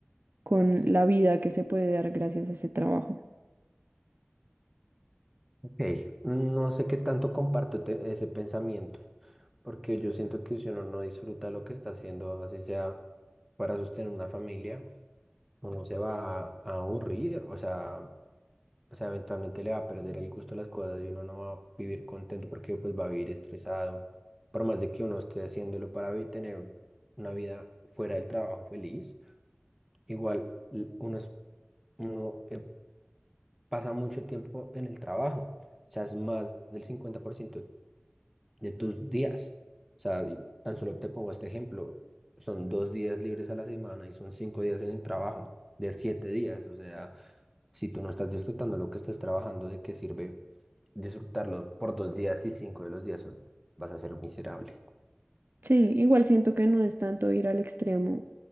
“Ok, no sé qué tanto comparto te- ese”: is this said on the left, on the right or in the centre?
Centre